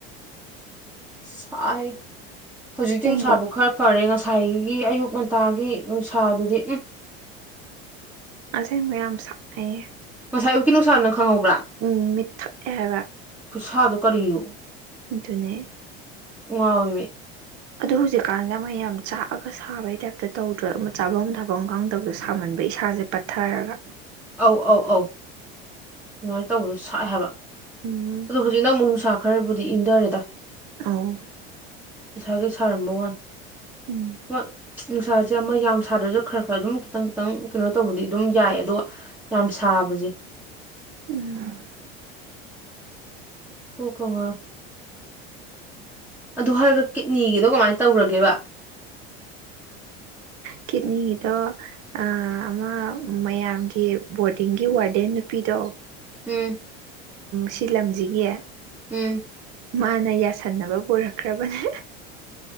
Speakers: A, in the centre; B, on the right (about 50°).
A: ꯁꯥꯏ ꯍꯧꯖꯤꯛꯇꯤ
B: ꯑꯁꯦꯡꯕ
A: ꯅꯨꯡꯁꯥꯕꯨ ꯈꯔ ꯐꯔꯦ ꯉꯁꯥꯏꯒꯤ ꯑꯌꯨꯛ ꯉꯟꯇꯥꯒꯤ ꯅꯨꯡꯁꯥꯗꯨꯗꯤ ꯎꯝ
B: ꯑꯁꯦꯡꯕ ꯌꯥꯝ ꯁꯥꯎꯅꯤꯡꯉꯦ
A: ꯉꯁꯥꯏ ꯑꯌꯨꯛꯀꯤ ꯅꯨꯡꯁꯥ ꯅꯪ ꯈꯪꯍꯧꯕ꯭ꯔꯥ
B: ꯎꯝ ꯃꯤꯠꯊꯣꯛꯑꯦ ꯍꯥꯏꯕ
A: ꯈꯨꯁꯥꯗꯣ ꯀꯔꯤꯅꯣ
B: ꯑꯗꯨꯅꯦ
A: ꯉꯥꯎꯋꯦꯕ
B: ꯑꯗꯣ ꯍꯧꯖꯤꯛꯀꯥꯟꯗ ꯃꯌꯥꯝ ꯆꯥꯛꯑꯒ ꯁꯥꯕꯒꯤ ꯇꯥꯏꯞꯇ ꯇꯧꯗ꯭ꯔꯣ ꯆꯥꯐꯝ ꯊꯛꯐꯝ ꯈꯪꯗꯕꯗ ꯁꯥꯃꯟꯕ ꯏꯁꯥꯁꯦ ꯄꯠꯊꯔꯒ
A: ꯑꯧ ꯑꯧ ꯑꯧ ꯑꯗꯨꯃꯥꯏꯅ ꯇꯧꯕꯗꯣ ꯁꯥꯏꯦ ꯍꯥꯏꯕ
B: ꯎꯝ
A: ꯑꯗꯣ ꯍꯧꯖꯤꯛꯅ ꯑꯃꯨꯛ ꯅꯨꯡꯁꯥ ꯈꯔꯕꯨꯗꯤ ꯏꯪꯊꯔꯦꯗ
B: ꯎꯝ
A: ꯉꯁꯥꯏ ꯁꯥꯔꯝꯕ ꯋꯥꯅꯦ
B: ꯎꯝ
A: ꯍꯣꯏ ꯅꯨꯡꯁꯥꯁꯦ ꯑꯃ ꯌꯥꯝ ꯁꯥꯗ꯭ꯔꯁꯨ ꯈꯔ ꯈꯔ ꯑꯗꯨꯝ ꯈꯤꯇꯪ ꯈꯤꯇꯪ ꯀꯩꯅꯣ ꯇꯧꯕꯗꯤ ꯑꯗꯨꯝ ꯌꯥꯏ ꯑꯗꯨꯒ ꯌꯥꯝ ꯁꯥꯕꯁꯦ
B: ꯎꯝ
A: ꯀꯣꯛꯀ ꯉꯥꯎꯋꯦ ꯑꯗꯨ ꯍꯥꯏꯔꯒ ꯀꯤꯠꯅꯤꯒꯤꯗꯣ ꯀꯃꯥꯏꯅ ꯇꯧꯒꯔꯒꯦꯕ
B: ꯀꯤꯠꯅꯤꯒꯤꯗꯣ ꯑꯥ ꯑꯃ ꯃꯌꯥꯝꯒꯤ ꯕꯣꯔꯗꯤꯡꯒꯤ ꯋꯥꯔꯗꯦꯟ ꯅꯨꯄꯤꯗꯣ
A: ꯎꯝ
B: ꯁꯤ ꯂꯝꯁꯤꯒꯤ
A: ꯎꯝ
B: ꯃꯥꯅ ꯌꯥꯁꯟꯅꯕ ꯄꯨꯔꯛꯈ꯭ꯔꯕꯅꯦ